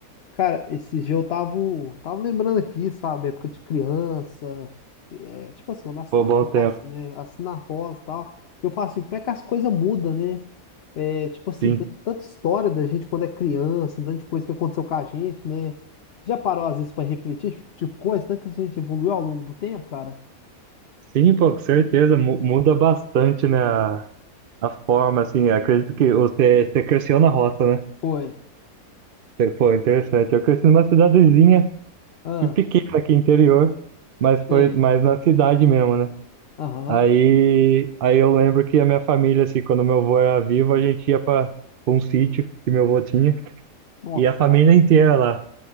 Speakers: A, on the left (about 55°); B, on the right (about 65°).
A: Cara, esse dia eu tava, tava lembrando aqui, sabe, época de criança, é, tipo assim, eu nasci
B: pô,
A: na
B: bom
A: roça,
B: tempo.
A: né, nasci na roça e tal, eu falo assim, como é que as coisas mudam, né, é, tipo assim,
B: Sim.
A: tem tanta história da gente quando é criança, tanta coisa que aconteceu com a gente, né, já parou às vezes pra refletir, tipo, coisa, tanto que a gente evoluiu ao longo do tempo, cara?
B: Sim, pô, com certeza. mu- Muda bastante, né? A, a forma, assim. Acredito que você, você cresceu na roça, né?
A: Foi,
B: Você- Pô, interessante. Eu cresci numa cidadezinha
A: ah,
B: pequena aqui, interior. Mas foi
A: sei,
B: mais na cidade mesmo, né?
A: aham,
B: Aí, aí eu lembro que a minha família, assim, quando meu avô era vivo, a gente ia para um sítio que meu avô tinha,
A: Nossa,
B: e a família
A: cara,
B: inteira lá.